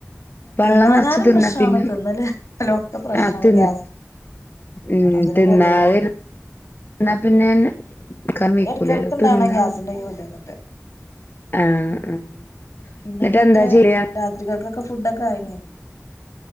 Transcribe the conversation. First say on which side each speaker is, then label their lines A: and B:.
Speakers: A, on the left; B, on the left.
A: പള്ളം
B: തിന്നാഞ്ഞാലും
A: നറച്ച് തിന്നാ
B: പ്രശ്നാണ്
A: പിന്നെ
B: തിന്നല്ലിലും ഒക്കെ പ്രശ്നാണ്
A: ആ തിന്ന്
B: ഗ്യാസ്
A: ഉം
B: അതിനും
A: തിന്നാതിരി
B: ഗതികേടാണ്
A: എന്നാ പിന്നെൻ ക വിക്കൂലല്ലോ
B: ഇടക്കിടക്ക് ഇണ്ടാവണ
A: തിന്ന
B: ഗ്യാസിന്റെ ഈ ബുദ്ധിമുട്ട്
A: ആഹ് ആ
B: പിന്നെ
A: എന്നിട്ടെന്താ
B: എന്തൊക്കെ
A: ചെയ്യ
B: രാത്രികക്കൊക്കെ ഫുഡൊക്കായിഞ്.